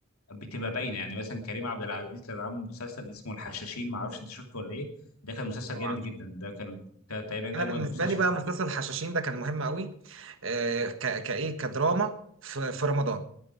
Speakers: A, on the left; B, on the right.
A: بتبقى باينه يعني مثلا كريم عبد العزيز كان عامل مسلسل اسمه الحشاشين ما اعرفش انت شفته ولا ايه ده كان مسلسل
B: طبعا
A: جامد جدا ده كان كان تقريبا
B: انا
A: اجمد
B: بالنسبه
A: مسلسل
B: لي بقى
A: شفته
B: مسلسل الحشاشين ده كان مهم قوي آه ك- كايه كدراما في في رمضان